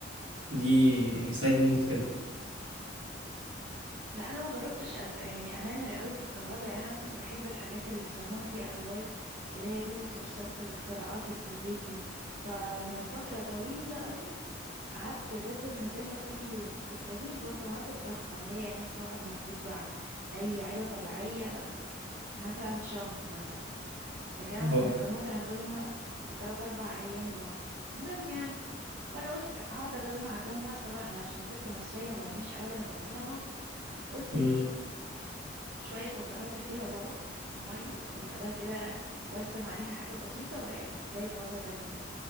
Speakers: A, on the right; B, on the right.
A: دي يعني سايد نوت كده
B: لا انا ما جربتش أب... يعني اغامر قوي في الكهرباء يعني انا مثلا بحب الحاجات اللي بيسموها دي اي واي اللي هي دو ات يور سيلف الاختراعات اللي في البيت دي فمن فتره طويله قوي قعدت باكل نوتيلا كل يوم فكنت بجيب البرطمانات الضخمه اللي هي يعني بتقعد مفروض مع اي عيله طبيعيه مثلا شهر مثلا لكن انا
A: اه
B: مثلا كان ممكن اكلها في 3 4 ايام لوحدي المهم يعني فانا قلت هقعد اجمع اجمع طبعا انا عشان ست مصريه ما برميش ابدا البرطمانات قلت
A: امم
B: ايه شوية كنت أحط فيها زلط ومية ويبقى ده كده وأرسم عليها حاجة بسيطة بقت زي فازة لذيذة